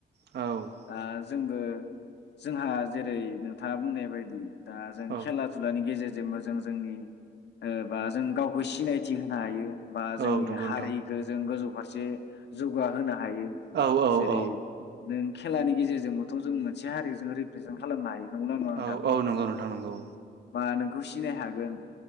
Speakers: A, on the right; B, on the left.
A: औ
B: दा जोंबो जोंहा जेरै नोंथाङा बुंनाय बायदि दा जों
A: औ
B: खेला धुलानि गेजेरजों जेनबा जों जोंनिओ बा जों गावखौ सिनायथि होनो हायो बा जोंनि
A: औ नंगौ
B: हारिखो
A: नोंथां
B: जों गोजौ मोनसे जौगाहोनो हायो
A: औ औ
B: जेरै
A: औ
B: नों खेलानि गेजेरजोंबो थ' जों मोनसे हारिजों रिप्रेजेन्ट खालामनो हायो नंगौना नङा नोंथां?
A: औ औ नंगौ नोंथां नंगौ
B: बा नोंखौ सिनाय हागोन